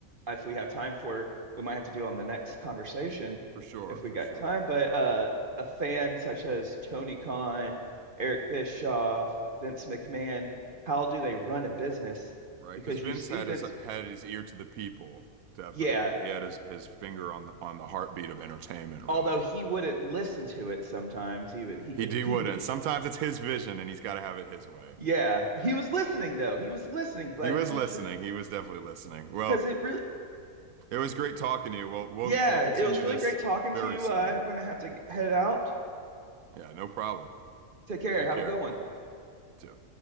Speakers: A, on the right; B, on the right.
A: if we have time for, we might have to do on the next conversation
B: For sure,
A: if we
B: for
A: got
B: sure.
A: time. But uh, a fan such as Tony Khan, Eric Bischoff, Vince McMahon, how do they run a business?
B: Right,
A: Because
B: because Vince
A: you see
B: had
A: Vince,
B: his had his ear to the people, definitely.
A: yeah,
B: He had his, his finger on the on the heartbeat of entertainment, really.
A: although he wouldn't listen to it sometimes, he would, he
B: He
A: could,
B: D
A: he
B: wouldn't.
A: knew,
B: Sometimes it's his vision and he's gotta have it his way.
A: yeah, he was listening though. He was listening, but
B: He was
A: he,
B: listening. He was definitely listening. Well,
A: because it really,
B: it was great talking to you. We'll we'll
A: Yeah,
B: we'll continue
A: it was really
B: this
A: great talking
B: very
A: to you.
B: soon.
A: I'm gonna have to g- head out.
B: Yeah, no problem.
A: Take care.
B: Take
A: Have
B: care.
A: a good one.
B: You too.